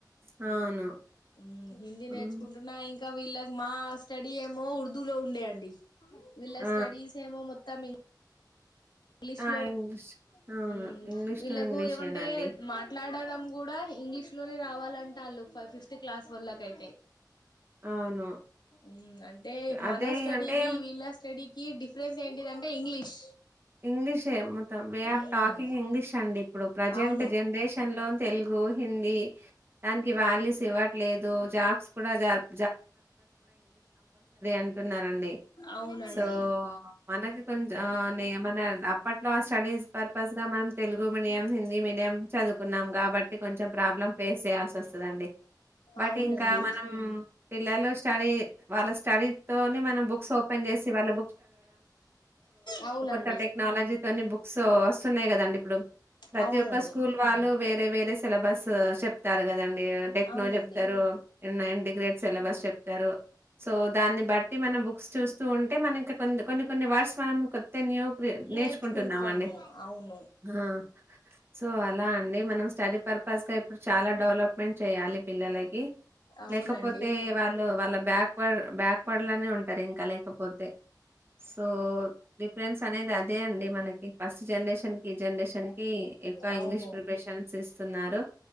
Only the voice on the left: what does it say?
హమ్ హిందీ
నేర్చుకుంటున్నా ఇన్ ఇంకా వీళ్ళకి మా స్టడీ ఏమో ఉర్దూలో ఉండే అండి
స్టడీస్ ఏమో మొత్తం ఇన్ ఇంగ్లీష్
లో
హమ్
వీళ్ళలకు
ఏమంటే మాట్లాడడం కూడా ఇంగ్లీష్ లోనే రావాలంటాళ్ళు ఫ ఫిఫ్త్ క్లాస్ వోళ్లకయితే
ఉమ్ అంటే
మన స్టడీకి
వీళ్ళ స్టడీ కి డిఫరెన్స్ ఏంటిదంటే ఇంగ్లీష్
um
అవును
అవునండి
అవునండి
అవునండి
అవునండి
అవునండి
నేర్చుకుంటాము
అవును
అవునండి
అవును